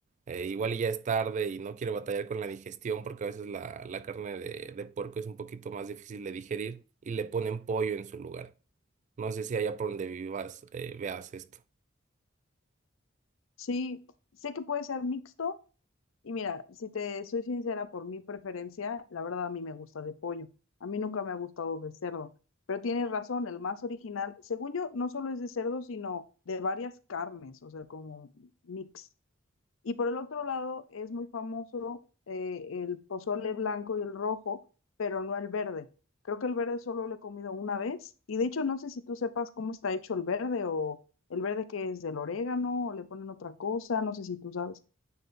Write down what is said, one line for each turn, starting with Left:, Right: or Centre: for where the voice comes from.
Right: eh, igual y ya es tarde y no quiere batallar con la digestión porque a veces la, la carne de, de puerco es un poquito más difícil de digerir y le ponen pollo en su lugar. No sé si allá por donde vivas eh, veas esto.
Left: Sí, sé que puede ser mixto y mira, si te soy sincera por mi preferencia, la verdad a mí me gusta de pollo. A mí nunca me ha gustado de cerdo, pero tienes razón, el más original, según yo, no solo es de cerdo, sino de varias carnes, o sea, como mix. Y por el otro lado es muy famoso eh, el pozole blanco y el rojo, pero no el verde. Creo que el verde solo lo he comido una vez y de hecho no sé si tú sepas cómo está hecho el verde o el verde que es del orégano o le ponen otra cosa, no sé si tú sabes.